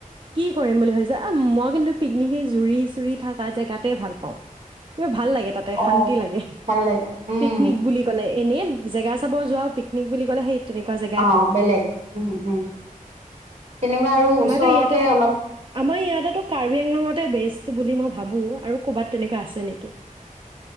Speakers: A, on the right; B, on the right.
A: কি কৰিম বুলি ভাবিছা এ মই কিন্তু পিকনিকেই জুৰি চুৰি থকা জেগাতে ভাল পাওঁ কিবা ভাল লাগে তাতে
B: অ
A: শান্তি লাগে
B: ভাল লাগে উম
A: পিকনিক বুলি ক'লে। এনেই জেগা চাব যোৱা পিক পিকনিক বুলি ক'লে সেই তেনেকুৱা জেগাই
B: অ'
A: ভাল লাগে
B: বেলেগ উম, উম তেনেকুৱা আৰু
A: আমাৰতো
B: ওচৰতে
A: ইয়াতে
B: অলপ
A: আমাৰ ইয়াতেতো কাৰ্বি আংলঙতে বেষ্ট বুলি মই ভাবোঁ আৰু ক'বাত তেনেকুৱা আছে নেকি?